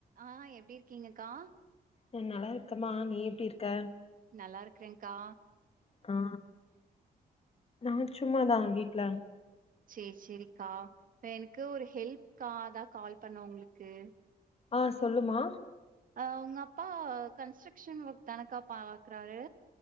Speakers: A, on the right; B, on the left.
A: ஆ எப்டி இருக்கீங்கக்கா
B: நா நல்லா இருக்கமா நீ எப்டி இருக்க
A: நல்லாருக்றேன் கா
B: ஆ நா சும்மாதா வீட்ல
A: செரி செரிக்கா இப்ப எனக்கு ஒரு ஹெல்ப்கா அதா கால் பண்ண உங்களுக்கு
B: ஆ சொல்லுமா
A: ஆ உங்கப்பா கன்ஸ்ட்ரக்ஷன் ஒர்க் தானக்கா பாக்றாரு